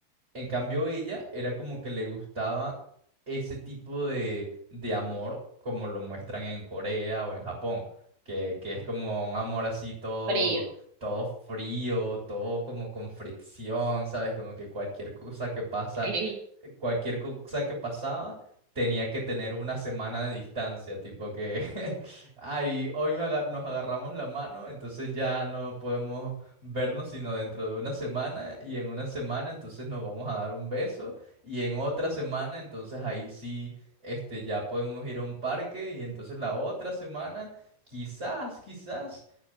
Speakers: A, on the right; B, on the right.
A: En cambio, ella era como que le gustaba ese tipo de, de amor como lo muestran en Corea o en Japón, que, que es como un amor así todo,
B: Frío,
A: todo frío, todo como con fricción, ¿sabes? Como que cualquier cosa que pasa,
B: <laughs> ok.
A: cualquier cosa que pasaba tenía que tener una semana de distancia, tipo que, <laughs> ay, hoy me agar- nos agarramos la mano, entonces ya no podemos vernos sino dentro de una semana y en una semana entonces nos vamos a dar un beso y en otra semana entonces ahí sí este ya podemos ir a un parque y entonces la otra semana quizás quizás